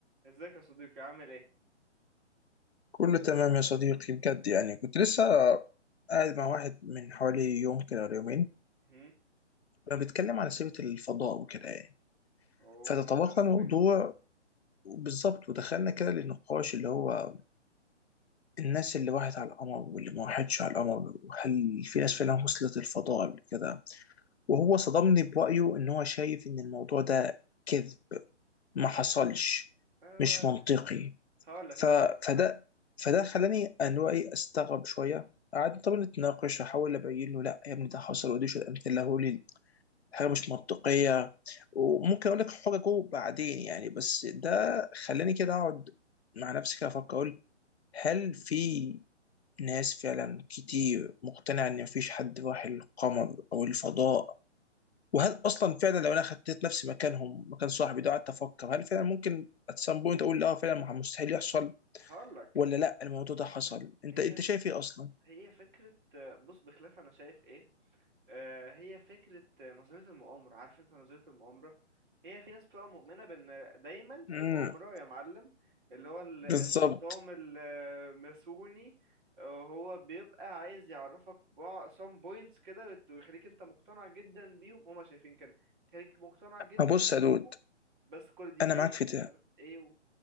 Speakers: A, on the right; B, on the left.
A: ازيك يا صديقي عامل ايه؟
B: كله تمام يا صديقي بجد يعني كنت لسه قاعد
A: مم.
B: مع واحد من حوالي يوم كده ولا يومين
A: مهم.
B: كنا بنتكلم عن سيرة الفضاء وكده يعني
A: اوه
B: فتطرقنا
A: انترستنج
B: الموضوع بالظبط ودخلنا كده للنقاش اللي هو الناس اللي راحت على القمر واللي ما راحتش على القمر وهل في ناس فعلا وصلت الفضاء قبل كده وهو صدمني برأيه إن هو شايف إن الموضوع ده كذب ما حصلش
A: آه
B: مش منطقي
A: هقول لك هقول
B: ف...
A: لك
B: فده فده خلاني ان هو ايه استغرب شويه قعدنا طبعا نتناقش احاول ابين له لا يا ابني ده حصل ودي شو امثله لي حاجه مش منطقيه وممكن اقول لك حججه بعدين يعني بس ده خلاني كده اقعد مع نفسي كده افكر اقول هل في ناس فعلا كتير مقتنعه ان مفيش حد راح القمر او الفضاء وهل اصلا فعلا لو انا خدت نفسي مكانهم مكان صاحبي ده قعدت افكر هل فعلا ممكن at some point اقول لا فعلا مستحيل يحصل
A: هقول لك
B: ولا لا الموضوع ده حصل انت
A: هي
B: انت شايف ايه اصلا
A: هي فكرة آه، بص بخلاف انا شايف ايه آه، هي فكرة آه، نظرية المؤامرة عارف انت نظرية المؤامرة هي في ناس بتبقى مؤمنة بان دايما في
B: امم
A: مؤامرة يا معلم اللي هو ال-
B: بالظبط
A: النظام الماسوني آه، هو بيبقى عايز يعرفك بعض some points كده ويت- ويخليك انت مقتنع جدا بيهم هما شايفين كده يخليك مقتنع جدا
B: ما بص
A: بيهم
B: يا دود
A: بس كل دي
B: انا
A: فيك
B: معاك في ده
A: مش عارف ايه و...